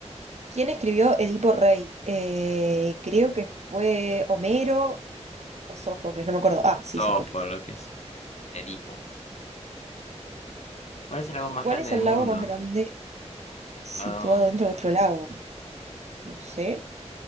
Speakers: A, on the right; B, on the left.
A: ¿Quién escribió Edipo Rey? Eh, creo que fue Homero o Sófocles, no me acuerdo. Ah,
B: Sofo,
A: sí, Sófocles.
B: lo que es. Edipo. ¿Cuál es el lago más
A: ¿Cuál
B: grande
A: es
B: del
A: el
B: mundo?
A: lago más grande
B: Situado
A: situado
B: entre...
A: dentro de
B: los-
A: otro lago? No sé.